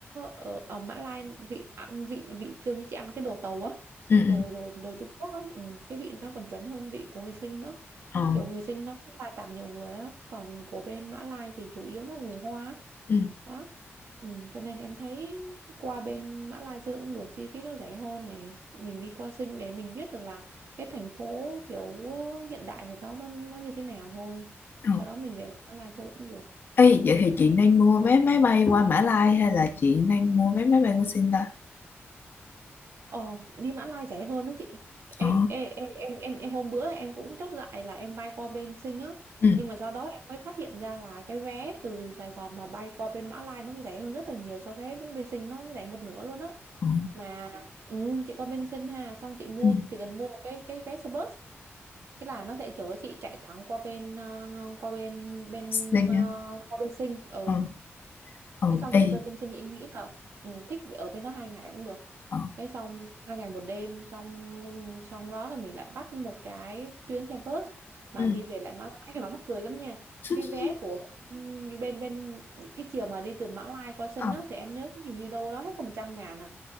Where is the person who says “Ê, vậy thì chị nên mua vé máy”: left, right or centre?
Left